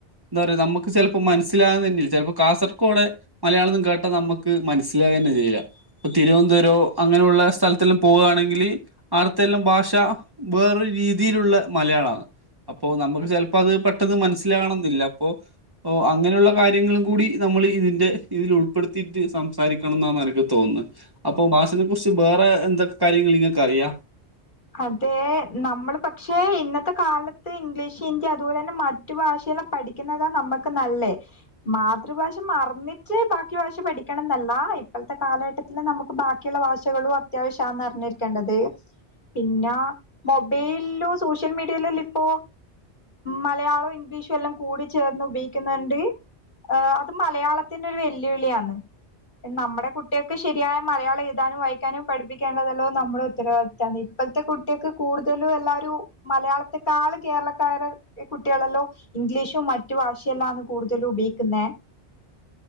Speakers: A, on the right; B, on the left.
A: എന്താ പറയ നമുക്ക് ചെല ഇപ്പൊ മനസ്സിലാഉന്നെന്നെ ചെൽപ്പോ കാസർകോടെ മലയാളതും കേട്ട നമുക്ക് മനസിലാഏന്നെ ചെയ്യുല. തിരുവനന്തപുരം അങ്ങനെയുള്ള സ്ഥലത്തെല്ലാം പോവാണെങ്കില് ആട്ത്തെല്ലാം ഭാഷ വേറൊ രീ തിലുള്ള മലയാളാന്ന് അപ്പൊ നമുക്ക് ചെൽപ്പോ അത് പെട്ടെന്ന് മനസ്സിലാകണം ഇല്ല. പ്പൊ പ്പോ അങ്ങനെയുള്ള കാര്യങ്ങളും കൂടി നമ്മള് ഇതിൻ്റെ ഇതിൽ ഉൾപ്പെടുത്തിയിട്ട് സംസാരിക്കണംന്നാണ് എനിക്ക് തോന്നുന്നെ അപ്പൊ ഭാഷനെക്കുറിച്ച് വേറെ എന്തൊക്കെ കാര്യങ്ങൾ നിങ്ങൾക്ക് അറിയാ?
B: അതെ നമ്മള് പക്ഷെ ഇന്നത്തെ കാലത്ത് ഇംഗ്ലീഷ് ഇന്ത്യ അതുപോലെ തന്നെ മറ്റു ഭാഷ ക്ക്ന്ന പഠിക്കുന്നതാ നമക്ക് നല്ലേ മാതൃഭാഷ മറന്നിട്ട് ബാക്കി ഭാഷ പഠിക്കണം ന്ന അ ഇപ്പള്ത്തെ കാലഘട്ടത്തില് നമുക്ക് ബാക്കിയുള്ള ഭാഷകളും അത്യാവശ്യാന്ന് അറിഞ്ഞിരിക്കേണ്ടത്. പിന്നെ മൊബൈലോ സോഷ്യൽ മീഡിയയിലല്ല ഇപ്പോ മലയാളവും ഇംഗ്ലീഷും എല്ലാം കൂടി ചേർന്ന് ഉപയോഗിക്കുന്നുണ്ട് ഏഹ് അത് മലയാളത്തിന്റെ ഒരു വെല്ലുവിളിയാണ്. നമ്മടെ കുട്ടിൾക്ക് ശരിയായ മലയാളം എഴുതാനും വായിക്കാനും പഠിപ്പിക്കേണ്ടതല്ലോ നമ്മുടെ ഉത്തരവാദിത്താണ്. ഇപ്പത്തെ കുട്ട്യേക് കൂടുതലും എല്ലാരും മലയാളത്തെക്കാള് കേരളക്കാരുടെ കുട്ടികളല്ലോ ഇംഗ്ലീഷും മറ്റു ഭാഷയെല്ലാന്ന് കൂടുതലും ഉപയോയിക്കുന്നെ